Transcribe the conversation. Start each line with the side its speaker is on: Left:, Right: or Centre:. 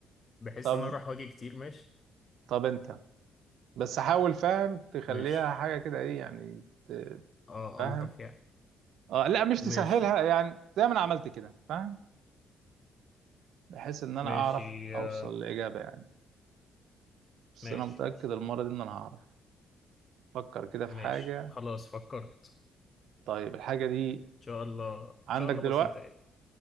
Left: بحيث
Right: طب
Left: ان انا اروح واجي كتير ماشي
Right: طب انت بس حاول فاهم تخليها
Left: ماشي
Right: حاجه كده ايه يعني ت-
Left: اه
Right: فاهم
Left: الطف يعني
Right: اه لا مش تسهلها
Left: ماشي
Right: يعني زي ما انا عملت كده فاهم بحيث ان انا
Left: ماشي
Right: اعرف اوصل
Left: آه،
Right: لاجابه يعني بس
Left: ماشي
Right: انا متاكد
Left: ماشي
Right: المره دي ان انا هعرف فكر كده
Left: ماشي
Right: في حاجه
Left: خلاص فكرت
Right: طيب الحاجه دي
Left: ان شاء الله ان
Right: عندك
Left: شاء الله
Right: دلوقتي
Left: بسيطه يعني